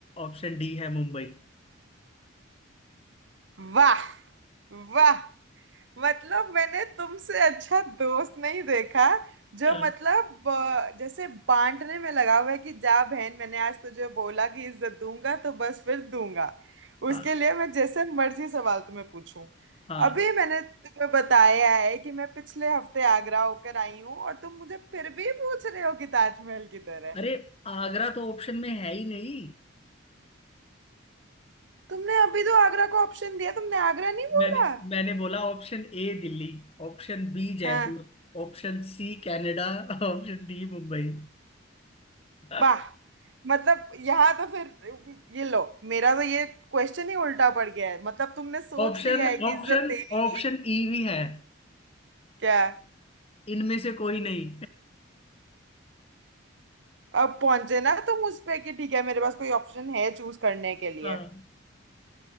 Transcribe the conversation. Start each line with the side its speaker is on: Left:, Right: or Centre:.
Left: ऑप्शन डी है मुंबई
Right: वाह वाह मतलब मैंने तुमसे अच्छा दोस्त नहीं देखा जो
Left: अ,
Right: मतलब अ, जैसे बांटने में लगा हुआ है कि जा बहन मैंने आज तुझे बोला कि इज्जत दूंगा तो बस फिर दूंगा
Left: हाँ
Right: उसके लिए मैं जैसे मर्जी सवाल तुम्हें पूछूं
Left: हाँ
Right: अभी मैंने तुम्हें बताया है कि मैं पिछले हफ्ते आगरा होकर आई हूँ और तुम मुझे फिर भी पूछ रहे हो कि ताजमहल किधर है
Left: अरे आगरा तो ऑप्शन में है ही नहीं
Right: तुमने अभी तो आगरा को ऑप्शन दिया तुमने आगरा नहीं
Left: मैंने
Right: बोला
Left: मैंने बोला option A Delhi option B Jaipur
Right: हाँ।
Left: option C Canada option D Mumbai
Right: वाह
Left: <laughs>
Right: मतलब यहाँ तो फिर ये लो मेरा तो ये क्वेश्चन ही उल्टा पड़ गया है मतलब तुमने सोच
Left: Option
Right: लिया है कि
Left: option
Right: इज्जत देनी
Left: option
Right: नहीं है
Left: E भी है
Right: क्या
Left: इनमें से कोई नहीं
Right: अब पहुंचे ना तुम उस पे कि ठीक है मेरे पास कोई ऑप्शन है चूज करने के लिए
Left: हाँ